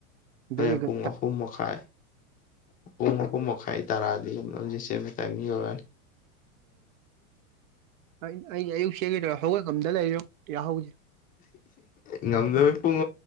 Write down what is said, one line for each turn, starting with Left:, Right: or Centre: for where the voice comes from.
Left: ꯍꯨꯔꯦꯟ
Right: ꯚꯦꯔꯤ ꯒꯨꯗ
Left: ꯄꯨꯡ ꯑꯍꯨꯝ ꯃꯈꯥꯏ ꯄꯨꯡ ꯑꯄꯨꯝ ꯃꯈꯥꯏ ꯇꯔꯥꯗꯤ ꯑꯗꯨ ꯂꯧꯖꯩ ꯁꯦꯝꯃꯦ ꯇꯥꯏꯃꯤ ꯑꯣꯏꯔꯅꯤ
Right: ꯑꯣ ꯑ ꯑꯌ ꯀꯦ ꯀꯩꯗꯧꯔꯣ ꯍꯧꯒꯠ ꯉꯝꯗ ꯂꯩꯔꯣ ꯀꯌꯥ ꯍꯧꯁꯦ
Left: ꯉꯝꯗꯃꯤ ꯄꯨꯡ